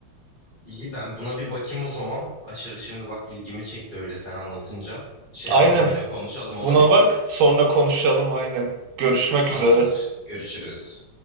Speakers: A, on the left; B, on the right.
A: İyi ben buna bir bakayım o zaman. Aşırı şimdi bak ilgimi çekti öyle sen anlatınca. Şey
B: Aynen.
A: yapalım yine konuşalım olur
B: Buna
A: mu?
B: bak sonra konuşalım aynen. Görüşmek
A: Tamamdır.
B: üzere.
A: Görüşürüz.